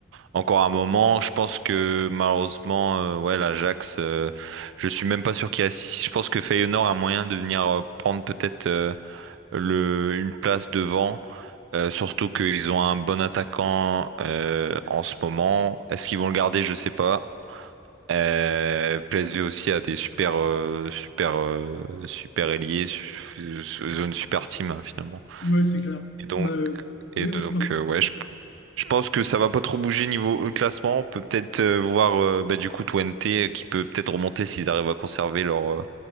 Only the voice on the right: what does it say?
encore un moment. Je pense que malheureusement, euh, ouais, l'Ajax, euh, je suis même pas sûr qu'il y a six. Je pense que Feyenoord a moyen de venir euh, prendre peut-être euh, le une place devant. Euh, surtout qu'ils ont un bon attaquant euh, en ce moment. Est-ce qu'ils vont le garder? Je sais pas. Euh, PSV aussi a des super, euh, super, euh, super ailiers, su- su- zone super team hein, finalement.
Et donc,
et donc
euh, ouais, je, je pense que ça va pas trop bouger niveau euh, classement. On peut peut-être euh, voir euh, bah, du coup Twente euh, qui peut peut-être remonter s'ils arrivent à conserver leur, euh,